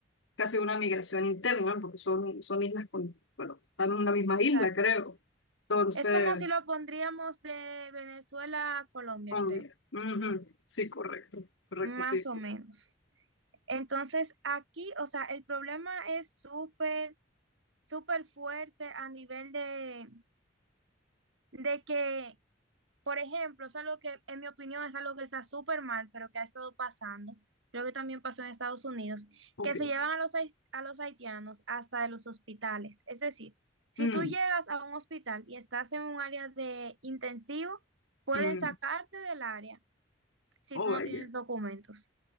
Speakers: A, on the left; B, on the right.
A: casi una migración interna, ¿no? porque son, son islas con, bueno, están en una misma
B: Exacto.
A: isla, creo. Entonces,
B: Es como si lo pondríamos de Venezuela a Colombia,
A: oh,
B: creo,
A: mira. Ujú. Sí, correcto, correcto,
B: más
A: sí.
B: o menos. Entonces, aquí, o sea, el problema es súper, súper fuerte a nivel de, de que Por ejemplo, es algo que, en mi opinión, es algo que está súper mal, pero que ha estado pasando. Creo que también pasó en Estados Unidos,
A: Ok.
B: que se llevan a los, hais- a los haitianos hasta de los hospitales. Es decir, si
A: Mm,
B: tú llegas a un hospital y estás en un área de intensivo, pueden
A: mm.
B: sacarte del área si
A: Oh,
B: tú no
A: vaya,
B: tienes documentos.